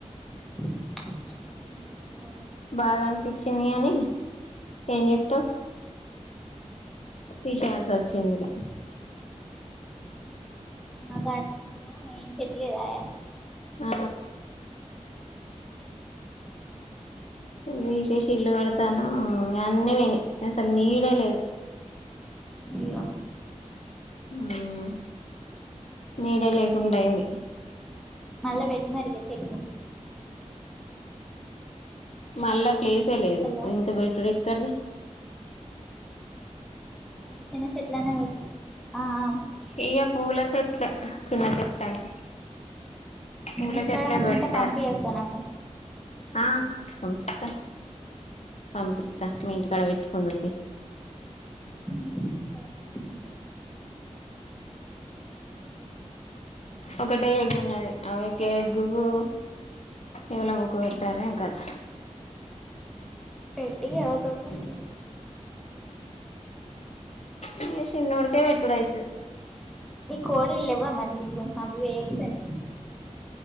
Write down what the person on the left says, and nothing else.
బాధ అనిపించింది కని ఏం చెత్తావ్
తీసేయాల్సి వచ్చిందిక
ఆ ఇవి తీషేషి ఇల్లు కడతాను ఇగ అన్ని వేనై అసలు నీడే లేదు
మ్మ్ నీడే లేకుండైంది
మళ్ళా ప్లేసే లేదు
ఇంకా వెట్టుడే క్కడిది
ఇగ పూల చెట్లే చిన్న చెట్లని పూల
చెట్లే
వెట్టాలే
ఆ పంప్తా పంపిత్త మీ ఇంటికాడ పెట్టుకుందుతి
ఒకటే ఎగ్ ఉన్నది అవికే ఎగ్గుకు ఎవల ముక్క పెట్టాలే ఎమ్ కథ
ఇగ షిన్నోడుకే పెట్టుడయితది